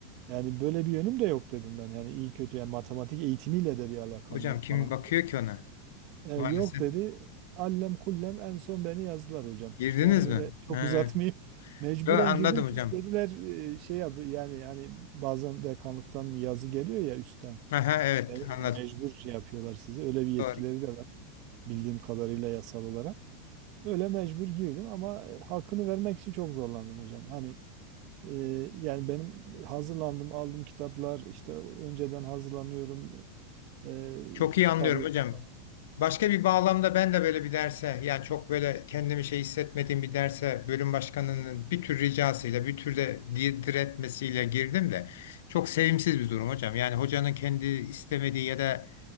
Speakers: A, on the right; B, on the left.
A: Yani böyle bir yönüm de yok dedim ben. Yani iyi kötü yani matematik eğitimiyle de bir alakam
B: hocam
A: yok
B: kim
A: falan.
B: bakıyor ki ona
A: E,
B: maalesef
A: yok dedi. Allem kullem en son beni yazdılar hocam.
B: girdiniz
A: Yani
B: mi
A: öyle çok
B: He.
A: uzatmayayım. <laughs> Mecburen
B: Yo, anladım
A: girdim çünkü
B: hocam
A: dediler e, şey yap yani hani bazen dekanlıktan yazı geliyor ya üstten.
B: Aha, evet
A: Me-
B: anladım
A: Mecbur şey yapıyorlar sizi. Öyle bir yetkileri
B: Doğru.
A: de var bildiğim kadarıyla yasal olarak. Öyle mecbur girdim ama e, hakkını vermek için çok zorlandım hocam. Hani e, yani benim hazırlandım, aldım kitaplar, işte önceden hazırlanıyorum, e,
B: Çok iyi
A: çıkarıyorum
B: anlıyorum hocam.
A: falan.
B: Başka bir bağlamda ben de böyle bir derse yani çok böyle kendimi şey hissetmediğim bir derse bölüm başkanının bir tür ricasıyla bir tür de di- diretmesiyle girdim de çok sevimsiz bir durum hocam. Yani hocanın kendi istemediği ya da